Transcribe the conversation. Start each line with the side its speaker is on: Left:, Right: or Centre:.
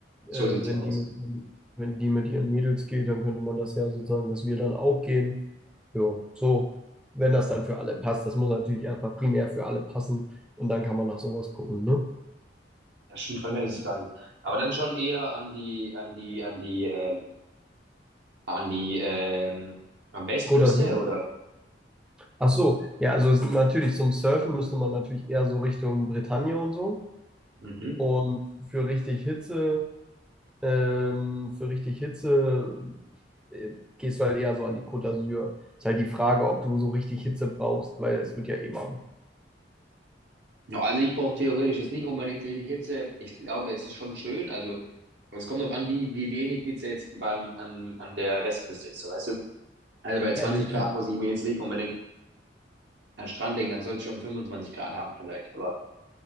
Centre: äh,
Right: So sieht's
Centre: wenn
Right: ja aus.
Centre: die mit, wenn die mit ihren Mädels geht, dann könnte man das ja sozusagen, dass wir dann auch gehen. Ja, so, wenn das dann für alle passt. Das muss natürlich erstmal primär für alle passen und dann kann man nach sowas gucken, ne?
Right: Ja, stimmt, Frankreich ist es gar nicht. Aber dann schon eher an die, an die, an die, äh, an die, ähm, am Westküste,
Centre: Côte d'Azur?
Right: oder?
Centre: Ach so, ja, also es- natürlich zum Surfen müsste man natürlich eher so Richtung Bretagne und so.
Right: Mhm.
Centre: Und für richtig Hitze, ähm, für richtig Hitze äh, gehst du halt eher so an die Côte d'Azur. Ist halt die Frage, ob du so richtig Hitze brauchst, weil es wird ja eh warm.
Right: Ja, also ich brauche theoretisch jetzt nicht unbedingt richtig Hitze. Ich glaube, es ist schon schön. Also es kommt darauf an, wie, wie wenig Hitze jetzt beim, an, an der Westküste ist, so weißt du? Also bei 20
Centre: Also ich,
Right: Grad muss ich mir jetzt nicht unbedingt an den Strand denken, dann soll es schon 25 Grad haben vielleicht. Aber